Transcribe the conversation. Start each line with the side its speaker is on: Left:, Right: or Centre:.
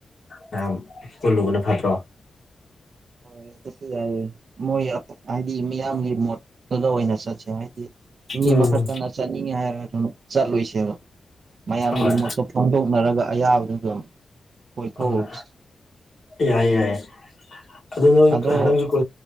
Left: ꯃꯌꯥꯝ ꯄꯨꯜꯂꯨꯕꯅ ꯐꯠꯗ꯭ꯔꯣ
Right: ꯍꯣꯏ ꯑꯗꯨꯁꯨ ꯌꯥꯏꯌꯦ ꯃꯣꯏ ꯍꯥꯏꯗꯤ ꯃꯤꯌꯥꯝꯒꯤ ꯃꯣꯠꯇꯨꯗ ꯑꯣꯏꯅ ꯆꯠꯁꯦ ꯍꯥꯏꯗꯤ ꯃꯤ
Left: ꯎꯝ
Right: ꯑꯃꯈꯛꯇꯅ ꯆꯠꯅꯤꯡꯉꯦ ꯍꯥꯏꯔꯖꯨ ꯆꯠꯂꯣꯏꯁꯦꯕ ꯃꯌꯥꯝꯒꯤ
Left: ꯍꯣꯏ
Right: ꯃꯣꯠꯇ ꯐꯣꯡꯗꯣꯛꯅꯔꯒ ꯑꯌꯥꯕꯗꯨ ꯑꯗꯨꯝ ꯀꯣꯏꯊꯣꯛꯎꯁꯤ
Left: ꯑꯥ ꯌꯥꯏꯌꯦ ꯌꯥꯏꯌꯦ ꯑꯗꯨ ꯅꯣꯏ
Right: ꯑꯗꯣ
Left: ꯅꯪꯁꯨ ꯀꯣ